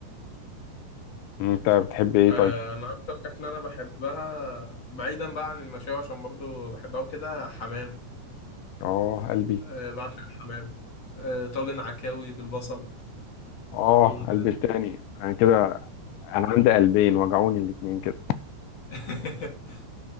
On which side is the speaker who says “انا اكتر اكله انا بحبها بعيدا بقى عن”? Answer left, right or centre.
Left